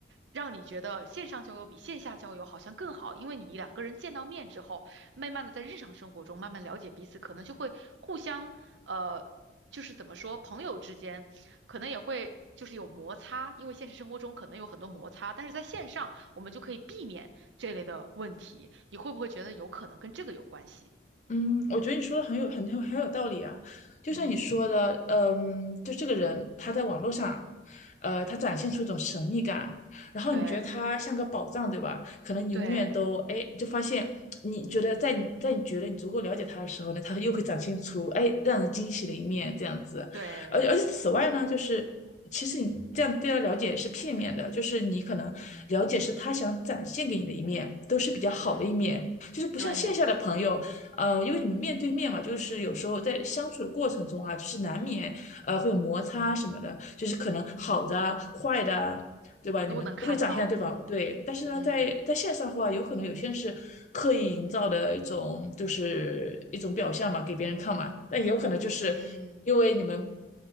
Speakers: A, on the right; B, on the left.
A: 让你觉得线上交友比线下交友好像更好，因为你两个人见到面之后，慢慢的在日常生活中慢慢了解彼此，可能就会互相呃就是怎么说，朋友之间可能也会就是有摩擦，因为现实生活中可能有很多摩擦，但是在线上我们就可以避免这类的问题。你会不会觉得有可能跟这个有关系？
B: 嗯，我觉得你说的很有很有很有道理啊，就像你说的，
A: 嗯，
B: 嗯，就这个人他在网络上，呃，他展现出一种神秘感，然后你觉得他像个宝藏，
A: 对
B: 对吧？可能你永远都，
A: 对
B: 哎，就发现你觉得在你在你觉得你足够了解他的时候呢，他又会展现出哎让人惊喜的一面，这样子。
A: 对，
B: 而而且此外呢，就是其实你这样对他了解是片面的，就是你可能了解是他想展现给你的一面，都是比较好的一面。
A: 嗯
B: 就是不像线下的朋友，
A: 对，
B: 呃，因为你们面对面嘛，就是有时候在相处的过程中啊，就是难免呃会有摩擦什么的，就是可能好的啊、坏的啊，对吧？你们都会展现对方对，
A: 都能看到，嗯
B: 但是呢，
A: 嗯
B: 在在线上的话，有可能有些人是刻意营造的一种就是一种表象嘛，给别人看嘛，但也有可能就是因为你们。
A: 嗯